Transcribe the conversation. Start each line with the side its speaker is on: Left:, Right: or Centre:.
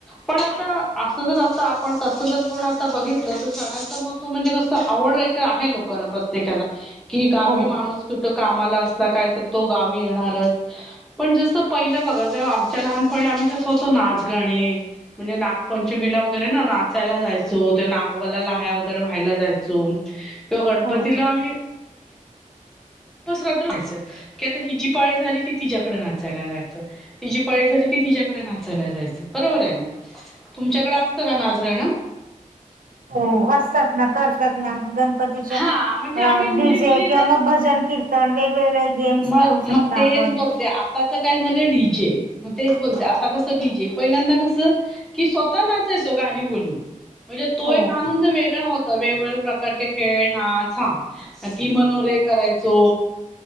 Centre: पण आता असं जर आता आपण तस जर कोण आता बघितलं तर सणाचं महत्व म्हणजे कसं आवडे आहे का लोकांना प्रत्येकाला की, गावी
Right: हो
Centre: माणूस कुठ कामाला असला काय तर तो गावी येणारच. पण जसं पहिलं बघा जेव्हा आमच्या लहानपणी आम्ही कसं होतो नाच गाणे म्हणजे नागपंचमीला वगैरे ना नाचायला जायचो, ते नागोबाला लाह्या वगैरे वहा यला जायचं किंवा गणपतीला
Right: हो
Centre: आम्ही. दिवस रात्र व्हायचं की आता हि जी पाळी झाली कि तिच्या्याकडे नाचायला जायचं. तिची पळी झाली की तिच्याकडे नाचायला जायचं बरोबर आहे ना. तुमच्याकडें असतं का नाचगाणं?
Right: हो असचतात ना करतात ना गणपतीच्या
Centre: हा म्हणजे आम्ही मुली
Right: डीजे
Centre: मुलींना
Right: किंवा मग. भजन कीर्तन वेगवेगळे. गेम्स
Centre: मग
Right: घेऊ शकता
Centre: मग तेच
Right: आपण
Centre: बोलते आ. त्याचं काय झालं डीजे मग तेच बोलते आता कसं डीजे पहिल्यांदा कसं. कि स्वतः नाचायचो गाणी बोलून म्हणजे तो
Right: हो
Centre: एक आनंद वेगळा होता. वेगवेगळे प्रकारचे खेळ नाच हा कि मनोरे करायचो.